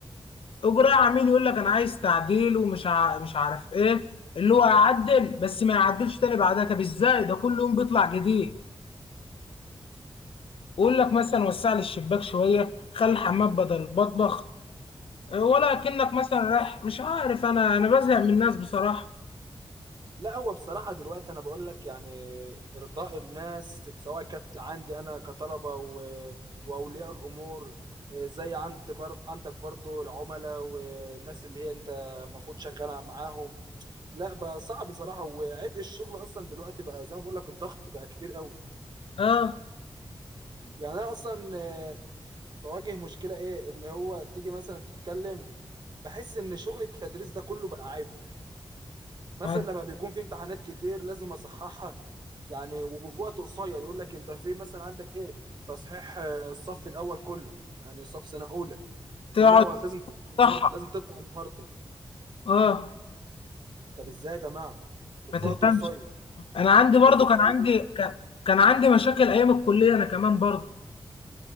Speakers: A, on the left (about 80°); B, on the right (about 50°).
A: وجراح عميل يقول لك انا عايز تعديل ومش ع... مش عارف ايه اللي هو يعدل بس ما يعدلش تاني بعدها طب ازاي ده كل يوم بيطلع جديد ويقول لك مثلا وسع لي الشباك شويه خلي الحمام بدل المطبخ إيه، ولا كأنك مثلا رايح مش عارف انا انا بزهق من الناس بصراحه
B: لا هو بصراحة دلوقتي أنا بقول لك يعني إرضاء الناس سواء كانت عندي أنا كطلبة و... وأولياء الأمور آه، زي عند بر... عندك برضو العملاء والناس اللي هي أنت المفروض شغالة معاهم لا بقى صعب بصراحة وعبء الشغل أصلا دلوقتي بقى زي ما بقول لك الضغط بقى كتير قوي
A: اه
B: يعني أنا أصلا آه، بواجه مشكلة إيه اللي هو تيجي مثلا تتكلم بحس إن شغل التدريس ده كله بقى عيب مثلا
A: ما هي دي
B: لما بيكون في امتحانات كتير لازم اصححها يعني وفي وقت قصير يقول لك انت في مثلا عندك ايه تصحيح آه، الصف الاول كله يعني صف سنه اولى
A: تقعد
B: كلها وقت لازم تطلع النهارده
A: صح
B: لازم تطلع النهارده
A: اه
B: طب ازاي يا جماعه وفي
A: ما تفهمش
B: وقت قصير
A: انا عندي
B: وبالذات
A: برضو كان
B: لما
A: عندي
B: يكون عندك
A: كان, كان عندي مشاكل ايام الكليه انا كمان برضو